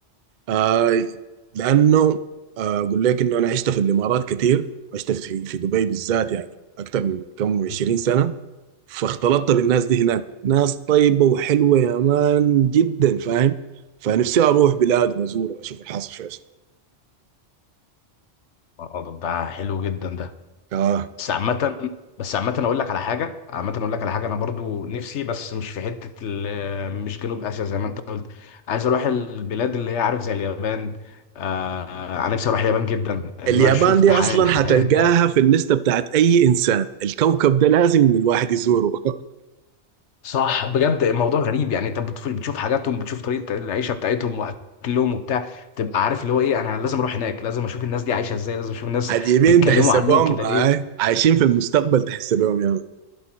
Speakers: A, on the right; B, on the left.
A: آه لأنه آه أقول لك إنه أنا عشت في الإمارات كتير عشت في في دبي بالذات يعني أكتر من كم 20
B: مم.
A: سنة فاختلطت بالناس دي هناك ناس طيبة وحلوة يا مان جدا فاهم فنفسي أروح بلاد وأزور أشوف الحاصل فيها شنو.
B: اه طب ده حلو جدا ده
A: آه
B: بس عامة بس عامة اقول لك على حاجة عامة اقول لك على حاجة انا برضو نفسي بس مش في حتة ال- مش جنوب اسيا زي ما انت قلت. عايز اروح البلاد اللي هي عارف زي اليابان آه، انا نفسي اروح اليابان جدا ان
A: اليابان
B: انا شفت
A: دي
B: حياة
A: اصلا
B: الحياة
A: حتلقاها
B: هناك
A: في الليسته بتاعت اي انسان الكوكب ده لازم الواحد يزوره
B: صح بجد الموضوع غريب يعني انت بتف- بتشوف حاجاتهم بتشوف طريقة العيشة بتاعتهم واكلهم وبتاع تبقى عارف اللي هو ايه انا لازم اروح هناك لازم اشوف الناس دي عايشة ازاي لازم اشوف
A: <laughs>
B: الناس
A: عجيبين
B: بيتكلموا
A: تحس
B: عنهم
A: بهم
B: كده
A: آه.
B: ليه
A: عايشين في المستقبل تحس بهم يا مان.